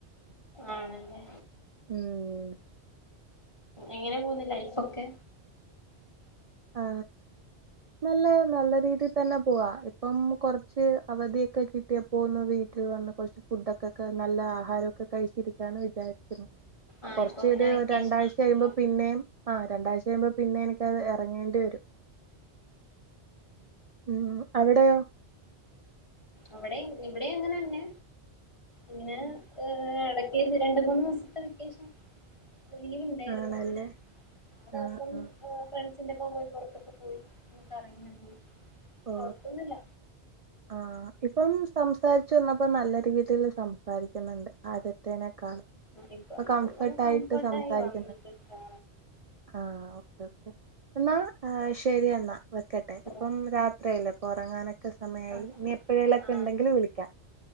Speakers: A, on the left (about 25°); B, on the right (about 35°).
A: ആണല്ലേ
B: ഉം
A: എങ്ങനെ പോന്നു ലൈഫൊക്കെ
B: ആ നല്ല നല്ല രീതിയിൽ തന്നെ പോവാ, ഇപ്പം കൊറച്ച് അവധിയൊക്കെ കിട്ടിയപ്പോന്ന് വീട്ടിൽ വന്ന് കുറച്ച് ഫുഡൊക്കെ ഒക്കെ നല്ല ആഹാരം ക്ക കഴിച്ചിരിക്കന്ന് വിചാരിക്കുന്നു,
A: ആഹ്
B: കുറച്ച്
A: ഇപ്പൊ പിന്നെ
B: ഒരു
A: വെക്കേഷൻ
B: രണ്ടാഴ്ച
A: ആണല്ലോ
B: കഴിയുമ്പോൾ പിന്നെയും ആ രണ്ടാഴ്ച കഴിയുമ്പോ പിന്നെ എനിക്കത് തുടങ്ങേണ്ടി വരും. ഉ അവിടെയോ?
A: അവിടെ ഇവിടെ അങ്ങനെ തന്നെ, ഇങ്ങനെ ഏ ഇടക്ക രണ്ട്, മൂന്ന് ദിവസത്തെ വക്കേഷൻ ലീവ് ഇണ്ടാരുന്നോ
B: ആണല്ലേ
A: അങ്ങനെ ആ ദേവസം
B: ആഹ് ആഹ്
A: ആഹ്‌ ഫ്രണ്ട്‌സ് അന്റെപ്പോ പോയി പൊറത്തൊക്കെ പോയി ഒന്ന്ക്കറങ്ങി വന്നു
B: ഓ
A: കൊഴപ്പൊന്നുല്ല
B: ആഹ് ഇപ്പം സംസാരിച്ചു വന്നപ്പോ നല്ല രീതില് സംസാരിക്ക്ന്ന്ണ്ട് ആദ്യത്തേനെ ക്കാളും
A: ഇപ്പൊ
B: ഇപ്പോ കംഫർട്ടായിട്ട്
A: ഒന്ന് കംഫർട്ടായി
B: സംസാരിക്കുന്ന്
A: വന്നിട്ട് ആ
B: ആഹ് ഓക്കേ ഓക്കേ എന്നാ ആ ശെരിയെന്നാ വെക്കട്ടെ
A: ഓ
B: ഇപ്പം രാ ത്രിയായില്ലേ അപ്പൊ ഒറങ്ങാനൊക്കെ സമയായി
A: ആ
B: ഇനി എപ്പോഴേലുവോക്കെ
A: ആ
B: ഇണ്ടെങ്കിലിൽ വിളിക്കാം